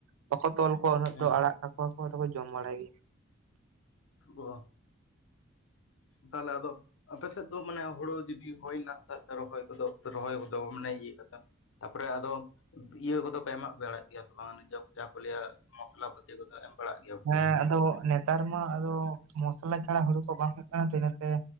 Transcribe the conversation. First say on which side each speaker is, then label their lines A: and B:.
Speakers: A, on the right; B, on the left.
A: ᱵᱟᱠᱚ ᱛᱚᱞ ᱠᱚᱣᱟ ᱩᱱᱟᱹᱜ
B: ᱦᱩᱸ
A: ᱫᱚ, ᱟᱲᱟᱜ ᱚ ᱠᱚᱠᱚ ᱫᱚᱠᱚ ᱡᱚᱢ ᱵᱟᱲᱟᱭ ᱜᱮᱭᱟ᱾
B: ᱚ, ᱛᱟᱦᱚᱞᱮ ᱟᱫᱚ ᱟᱯᱮ ᱥᱮᱫ ᱫᱚ ᱢᱟᱱᱮ ᱦᱩᱲᱩ ᱡᱩᱫᱤ ᱦᱩᱭᱱᱟ ᱛᱟᱨᱯᱚᱨᱮ ᱨᱚᱦᱚᱭ ᱠᱚᱫᱚ ᱨᱚᱦᱚᱭ ᱠᱚᱫᱚ ᱢᱟᱱᱮ ᱤᱭᱟᱹ ᱠᱟᱫᱟ ᱛᱟᱯᱚᱨᱮ ᱟᱫᱚ ᱤᱭᱟᱹ ᱠᱚᱫᱚ ᱠᱚ ᱮᱢᱟᱜ ᱵᱟᱲᱟᱭ ᱜᱮᱭᱟ ᱵᱟᱝ ᱡᱟ ᱠᱚ ᱞᱟᱹᱭᱟ ᱢᱚᱥᱞᱟ ᱯᱟᱹᱛᱤ ᱠᱚᱫᱚ ᱵᱟᱲᱟᱜ ᱜᱮᱭᱟ ᱯᱮ
A: ᱦᱮᱸ
B: ᱵᱟᱝ?
A: ᱟᱫᱚ ᱱᱮᱛᱟᱨ ᱢᱟ ᱟᱫᱚ ᱢᱚᱥᱞᱟ ᱪᱷᱟᱲᱟ ᱦᱩᱲᱩ ᱠᱚ ᱵᱟᱝ ᱦᱩᱭᱩᱜ ᱠᱟᱱᱟ ᱛᱚ ᱤᱱᱟᱹᱛᱮ